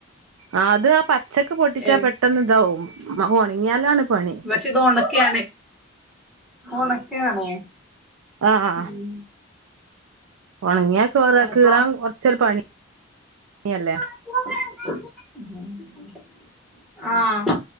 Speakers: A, on the right (about 90°); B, in the centre.
A: ആഹ് അത് ആ പച്ചക്ക് പൊട്ടിച്ചാ
B: എനി-
A: പെട്ടന്ന് ഇതാവും ഒണങ്ങിയാലാണ് പണി.
B: പക്ഷേ ഇത് ഒണക്കിആണ്. ഒണക്കി ആണേ
A: ആ ആ
B: ഉം
A: ഒണങ്ങിയാ കീറ
B: അപ്പൊ
A: കീറാൻ കൊറച്ചൊരു പണിയല്ലേ?
B: <unintelligible> ആഹ്